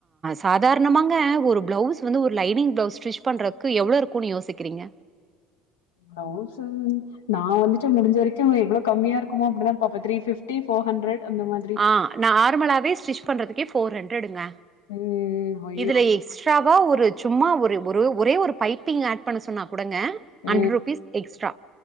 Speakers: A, on the right; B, on the left.
A: சாதாரணமாங்க ஒரு பிளவுஸ் வந்து ஒரு லைனிங் பிளவுஸ் ஸ்டிச் பண்றதுக்கு எவ்வளவு இருக்கு குனு யோசிக்கிறீங்க
B: ப்ளவுஸ் நா வந்துட்டு முடிஞ்ச வரைக்கு எவ்வளவு கம்மியா இருக்குமோ அப்டிதா பாப்பே த்ரீ பிப்டி போர் ஹண்ட்ரட் அந்த மாதிரி
A: ஆ நார்மலாவே ஸ்டிச் பண்றதுக்கு கே ஃபோர் ஹண்ரடுங்க
B: ம் ஐயோ
A: இதுல எக்ஸ் ட்ராவா ஒரு சும்மா ஒரு ஒரு ஒரே ஒரு பைப்பிங் ஆட் பண்ண சொன்னா கொடுங்க ஹண்ட்ரட்
B: ம்
A: ருபீஸ் எக்ஸ்ட்ரா